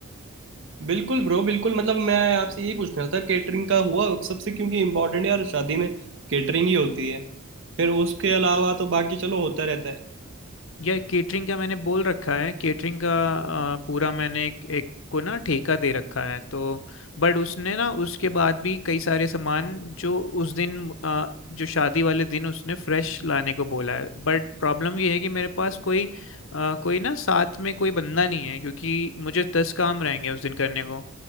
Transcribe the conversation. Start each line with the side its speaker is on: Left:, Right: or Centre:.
Right: बिल्कुल ब्रो बिल्कुल मतलब मैं आपसे यही पूछना था केटरिंग का हुआ सबसे क्योंकि इम्पोर्टेंट यार शादी में केटरिंग ही होती है फिर उसके अलावा तो बाकी चलो होता रहता है
Left: यार केटरिंग का मैंने बोल रखा है केटरिंग का आ, पूरा मैंने एक, एक को ना ठेका दे रखा है तो बट उसने ना उसके बाद भी कई सारे सामान जो उस दिन आ, जो शादी वाले दिन उसने फ्रेश लाने को बोला है बट प्रॉब्लम ये है कि मेरे पास कोई आ, कोई ना साथ में कोई बंदा नहीं है क्योंकि मुझे दस काम रहेंगे उस दिन करने को